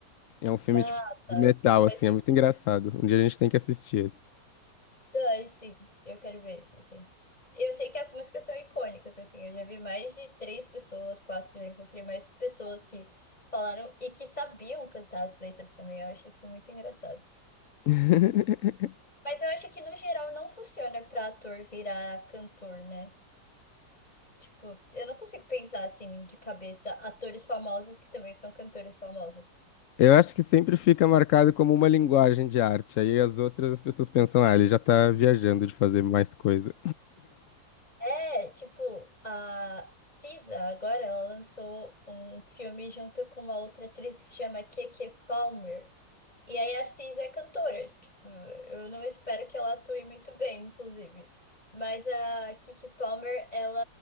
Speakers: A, on the left; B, on the left.
A: É um filme
B: Ah,
A: tipo de metal,
B: vai
A: assim,
B: ser.
A: é muito engraçado. Um dia a gente tem que assistir esse.
B: Ah, sim. Eu quero ver esse, sim. Eu sei que as músicas são icônicas, assim. Eu já vi mais de três pessoas, quatro, já encontrei mais pessoas que falaram e que sabiam cantar as letras também. Eu acho isso muito engraçado.
A: <laughs>
B: Mas eu acho que no geral não funciona pra ator virar cantor, né? Tipo, eu não consigo pensar assim de cabeça atores famosos que também são cantores famosos.
A: Eu acho que sempre fica marcado como uma linguagem de arte. Aí as outras as pessoas pensam, ah, ele já tá viajando de fazer mais coisa.
B: É, tipo, a Cisa agora ela lançou um filme junto com uma outra atriz que se chama Keke Palmer. E aí a Cisa é cantora. Tipo, eu não espero que ela atue muito bem, inclusive. Mas a Keke Palmer, ela